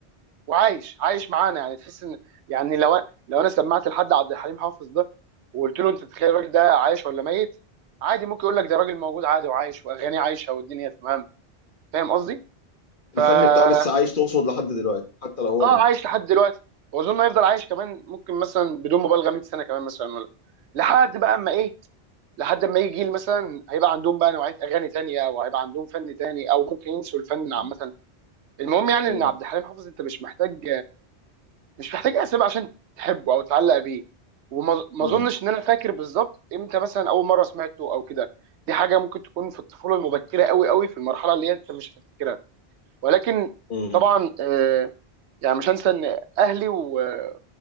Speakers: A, on the right (about 85°); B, on the left (about 50°).
A: وعايش عايش معانا يعني تحس ان يعني لو لو انا سمعت لحد عبد الحليم حافظ ده وقلت له انت تتخيل الراجل ده عايش ولا ميت عادي ممكن يقول لك ده راجل موجود عادي وعايش واغانيه عايشه والدنيا تمام فاهم قصدي؟ فا
B: الفن بتاعه لسه عايش تقصد لحد دلوقتي حتى لو هو
A: اه
B: مات
A: عايش لحد دلوقتي واظن هيفضل عايش كمان ممكن مثلا بدون مبالغه 100 سنه كمان مثلا ولا لحد بقى اما ايه لحد اما يجي جيل مثلا هيبقى عندهم بقى نوعيه اغاني تانية او هيبقى عندهم فن تاني او ممكن ينسوا الفن عامه
B: مم.
A: المهم يعني
B: مم.
A: ان عبد الحليم حافظ انت مش محتاج مش محتاج اسباب عشان تحبه او تعلق بيه وما ما
B: مم.
A: اظنش ان انا فاكر بالظبط امتى مثلا اول مره سمعته او كده دي حاجه ممكن تكون في الطفوله المبكره قوي قوي في المرحله اللي هي انت مش هتفتكرها ولكن
B: مم.
A: طبعا آه، يعني مش هنسى ان اهلي و-